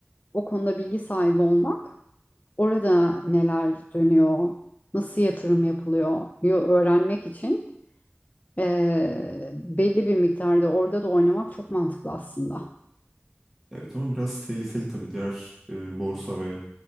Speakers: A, on the left; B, in the centre.
A: o konuda bilgi sahibi olmak, orada neler dönüyor, nasıl yatırım yapılıyor yo- öğrenmek için eee, belli bir miktarda orada da oynamak çok mantıklı aslında.
B: Evet ama biraz tehlikeli tabii diğer e, borsa ve